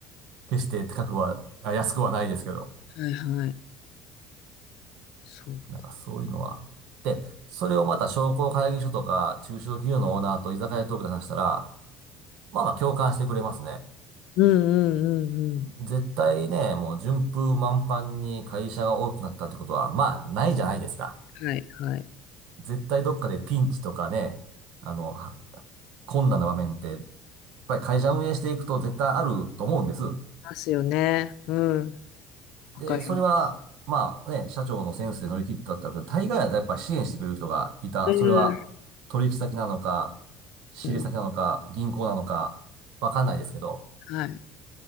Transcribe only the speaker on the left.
はいはい、そう、
うんうんうんうん。
はいはい、
ますよね。うん。わかります。
うん、
うん
はい、